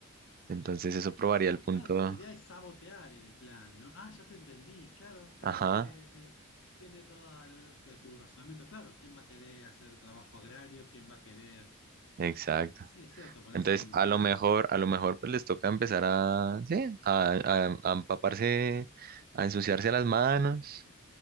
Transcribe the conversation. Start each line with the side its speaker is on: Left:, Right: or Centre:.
Right: Entonces eso probaría el
Left: Ah,
Right: punto.
Left: claro, porque tu idea es sabotear el plan, ¿no? Ah, ya te entendí, claro, está,
Right: Ajá,
Left: eh, eh, tiene toda la lógica tu razonamiento. Claro, ¿quién va a querer hacer trabajo agrario? ¿Quién va a querer,
Right: exacto.
Left: eh, sí, es cierto, ponerse
Right: Entonces
Left: a limpiar?
Right: a lo mejor, a lo mejor pues les toca empezar a, sí, a a- a empaparse, a ensuciarse las manos